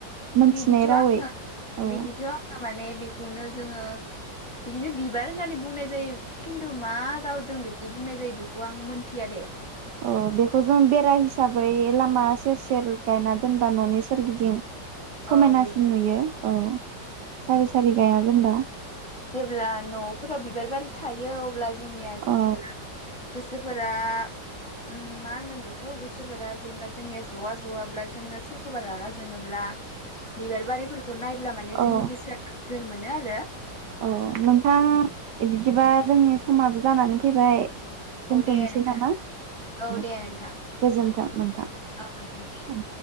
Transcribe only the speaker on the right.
मोनथिनाय
रावै
औ
औ बेखौ जों बेरा हिसाबै लामा सेर सेर गायना दोनबा ननि सोरगिदिं समायनासिन
नुयो औ सारि सारि गायना दोनबा।
औ
औ
औ नोंथां बिदिबा जोंनि समाबो जानानै फैबाय दोन्थ'नोसै
नामा? औ
गोजोन्थों नोंथां
औ।